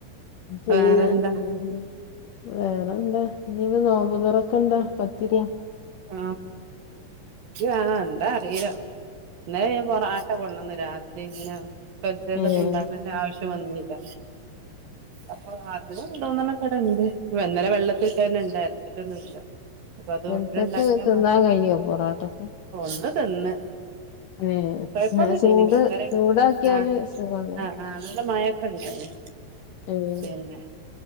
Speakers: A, on the left; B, on the right.
A: <unintelligible>
B: വേറെന്താ
A: വേറെന്താ? ഇന്ന് നോമ്പ്തൊറക്കെന്താ പത്തിരിയാ?
B: <unintelligible> ആണോ എന്താ അറീല. ഇന്നലെ പൊറാട്ട കൊണ്ടന്ന് രാത്രി ഇങ്ങന പെൽചക്കെതും
A: ഏഹ് ഏഹ്
B: ഇണ്ടാക്കേണ്ട ആവശ്യം വന്നീല്ല അപ്പൊ അത് <unintelligible> ഇണ്ട് ഇന്നലെ വെള്ളത്തീട്ടന്നെ ഇണ്ട് അരച്ചിട്ടൊന്നും ഇല്ല അപ്പൊ അത്
A: ഇവൽക്കൊക്കെ
B: ഇണ്ടാക്കിയ
A: തിന്നാൻ കഴിയോ പൊറാട്ടൊക്കെ?
B: ഒന്ന് തിന്ന്
A: ഏഹ്
B: കൊഴപ്പൊന്നില്ലേനു
A: ചൂട്
B: മീൻ വേറെക്കെ
A: ചൂടാക്കിയാല്
B: ആ
A: സുഖണ്ടോ?
B: ആ ആ നല്ല മഴൊക്കെ ഇണ്ടായി
A: ഏഹ്
B: പിന്നെ